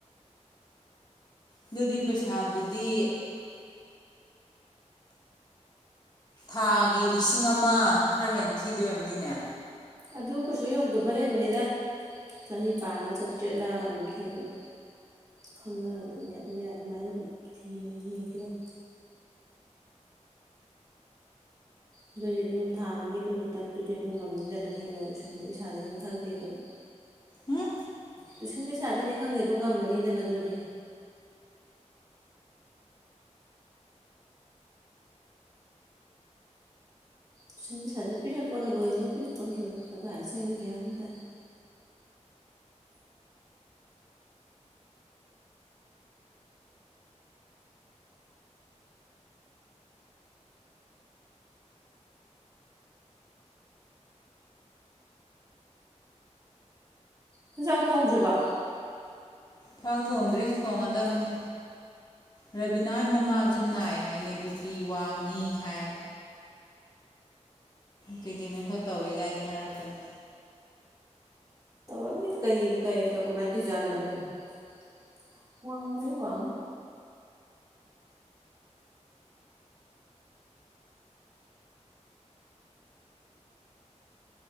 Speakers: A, on the left (about 35°); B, on the right (about 30°).
A: ꯑꯗꯨꯗꯤ ꯄꯩꯁꯥꯗꯨꯗꯤ ꯊꯥꯒꯤ ꯂꯤꯁꯤꯡ ꯑꯃ ꯈꯔ ꯍꯦꯟ ꯊꯤꯗꯣꯏ ꯑꫭꯏꯔꯝꯅꯤꯅꯦ
B: ꯑꯗꯨ ꯀꯩꯁꯨ ꯌꯧꯗꯕ ꯂꯩꯕꯅꯤꯗ ꯆꯅꯤꯄꯥꯜꯂ ꯆꯥꯇ꯭ꯔꯦꯠꯂ ꯑꯗꯨꯝ ꯊꯤꯕ ꯑꯗꯨꯝ ꯈꯪꯅ ꯑꯗꯨ ꯑꯗꯨꯝ ꯑꯗꯨꯃꯥꯏꯅ ꯑꯗꯨꯝ ꯊꯤꯔ ꯌꯦꯡꯈꯤ ꯑꯗꯨꯝ ꯑꯗꯨꯗꯤ ꯑꯗꯨꯝ ꯊꯥ ꯑꯃꯒꯤ ꯑꯗꯨ ꯈꯤꯇꯪꯗꯨꯗꯤ ꯑꯗꯨꯝ ꯉꯝꯅꯤꯗꯅ ꯊꯤꯕ ꯇꯨꯏꯁꯟꯒꯤ ꯄꯩꯁꯥꯗꯩꯅꯤ ꯈꯪꯗꯦ ꯑꯗꯨꯝ
A: ꯎꯝ
B: ꯇꯨꯏꯁꯟ ꯄꯩꯁꯥꯗꯩꯅꯤ ꯈꯪꯗꯦ ꯑꯗꯨꯝ ꯉꯝꯃꯅꯤꯗꯅ ꯑꯗꯨꯗꯤ ꯇꯨꯏꯁꯟ ꯄꯩꯁꯥꯖꯤꯅ ꯄꯤꯔꯛꯄꯒ ꯂꯣꯏꯕꯒ ꯄꯤꯔꯛꯄꯒ ꯂꯣꯏꯕꯒ ꯀꯗꯥꯏ ꯆꯠꯈ꯭ꯔꯤꯅꫭ ꯒ꯭ꯌꯥꯟ ꯃꯦꯟ ꯇꯗꯦ ꯅꫭꯏꯆꯛ ꯊꯣꯡꯗ꯭ꯔꯤꯕꫭ
A: ꯆꯥꯛ ꯊꯣꯡꯗ꯭ꯔꯤ ꯊꯣꯡꯉ ꯗꯝꯅꯤ ꯔꯕꯤꯅꯥꯍꫭꯏ ꯃꯃꯥꯁꯨ ꯅꯥꯏ ꯍꯥꯏꯅꯦ ꯕꯤ ꯄꯤ ꯋꯥꯡꯉꯤ ꯍꯥꯏ ꯀꯩꯀꯩꯅꯣ ꯈꯔ ꯇꯧꯋꯦ ꯒꯥꯏꯗꯤ ꯍꯥꯏꯔꯛꯄꯅꯤ
B: ꯇꯧꯔꯝꯅꯤ ꯀꯩ ꯀꯩꯗꯣ ꯀꯃꯥꯏꯅ ꯇꯧꯖꯥꯠꯅꯣꯅꯦ ꯃꫭꯏꯕꫭ <unintelligible> ꯅꯨꯃꯤꯒ